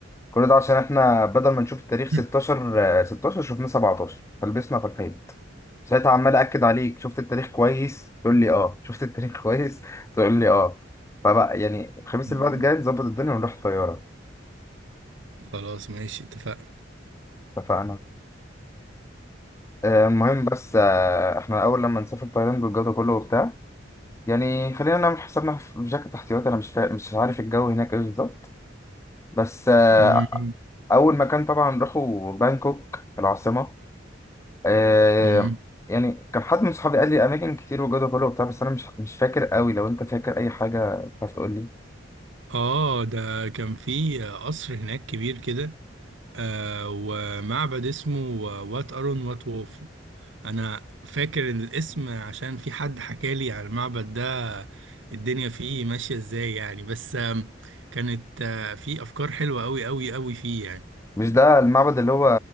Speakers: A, on the left (about 15°); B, on the right (about 80°).
A: كل ده عشان احنا بدل ما نشوف التاريخ 16
B: <laughs>
A: آه، 16 شفناه 17 فلبسنا في الحيط ساعتها عمال اكد عليك شفت التاريخ كويس تقول لي اه شفت التاريخ كويس تقول لي اه فبقى يعني الخميس
B: مم.
A: اللي بعد الجاي نظبط الدنيا ونروح طياره
B: خلاص ماشي اتفقنا
A: اتفقنا آه، المهم بس آه، احنا اول لما نسافر تايلاند والجو ده كله وبتاع يعني خلينا نعمل حسابنا في في جاكيت احتياطي انا مش فا... مش عارف الجو هناك ايه بالظبط بس آه،
B: مم.
A: اول مكان طبعا نروحه بانكوك العاصمه آه
B: مم.
A: يعني كان حد من صحابي قال لي اماكن كتير وجوده كله وبتاع بس انا مش مش فاكر قوي لو انت فاكر اي حاجه تعرف تقول لي
B: اه ده كان في قصر هناك كبير كده آه ومعبد اسمه وات أرون وات ووفو أنا فاكر إن الاسم عشان في حد حكالي عن المعبد ده الدنيا فيه ماشية إزاي يعني بس آم، كانت آه، في أفكار حلوة أوي أوي أوي فيه يعني
A: مش ده المعبد اللي هو